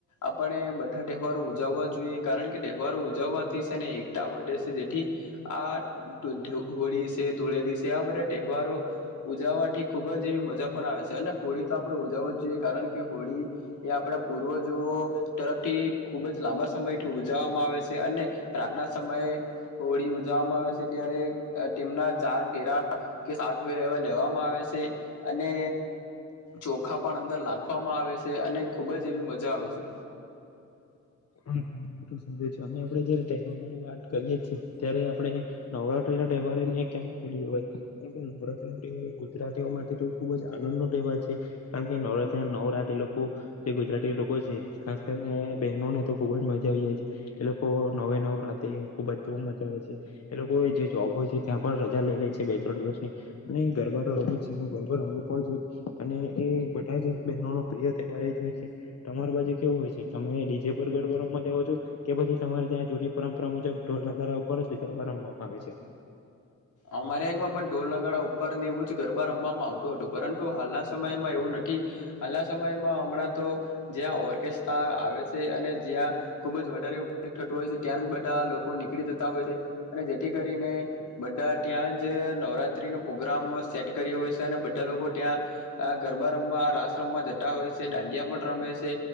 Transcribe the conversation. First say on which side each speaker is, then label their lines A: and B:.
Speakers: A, on the left (about 75°); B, on the left (about 55°).
A: આપણે બધા તહેવારો ઉજવવા જ જોઈએ કારણ કે તહેવારો ઉજવવાથી છે ને એકઠા વધે છે જેથી આ હોળી છે ધૂળેદી છે આ બધા તહેવારો ઉજવવાથી ખુબ જ એવી મજા પણ આવે છે અને હોળી તો આપડ ઉજવ જોઈએ કારણ કે હોળી એ આપડા પૂર્વજો તરફથી ખૂબ જ લાંબા સમયથી ઉજવવામાં આવે છે અને રાતના સમયે હોળી ઉજવવામાં આવે છે ત્યારે તેમના ચાર ફેરા કે સાત ફેરા એવા લેવામાં આવે છે અને ચોખા પણ અંદર લખવામાં આવે છે અને ખૂબ જ એવી મજા આવે છે.
B: આપડે જયારે તહેવારોની વાત કરીયએ ત્યારે આપણે નવરાત્રી ના તહેવારને કેમ બોલીએવાય કારણકે નવરાત્રી ના તહેવાર ગુજરાતીઓ માટે તો ખુબ જ આનંદ નો તહેવાર છે કારણકે નવરાત નવરાત્રી લોકો જે ગુજરાતી લોકો છે ખાસ કરીને બહેનોને તો ખૂબ જ મજા આવી જાય છે એ લોકો નવે નવ રાતે ખૂબ જ જો મજા આવે છે એ લોકો જે જોબ હોય છે ત્યાં પણ રજા લઈ લે છે બે ત્રણ દિવસની અને એ ગરબા રમી છે અને ગરબા રમવો પણ જોઈએ અને એ બધા જ બહેનોનો પ્રિય તહેવાર એ જ હોય છે તમારી બાજુ કેવું હોય છે તમે ડીજે ર ગરબાવા જાવ છો કે પછી તમારે ત્યાં જૂની પરંપરા મુજબ ઢોલ નગારા ઉપર જ ગરબા રમવામાં આવે છે.
A: અમારે માં પણ ઢોલ ઉપરને એવું જ ગરબા રમવામાં આવતું હતું પરંતુ હાલના સમયમાં એવું નથી હાલના સમયમાં અણા તો જ્યાં ઓર્કેસ્ટાર આવે છે અને જ્યાં ખુબ જ વધારે એવ પ્લિક થતું હોય છે ત્યાં બધા લોકો નીકળી જતા હોય છે અને જેથી કરીને બધા ત્યાં જ નવરાત્રીનો પ્રગ્રામ સેટ કર્યો હોય છે અને બધા લોકો ત્યાં ગરબા રમવા રાસ રમવા જતા હોય છે દાંડિયા પણ રમે છે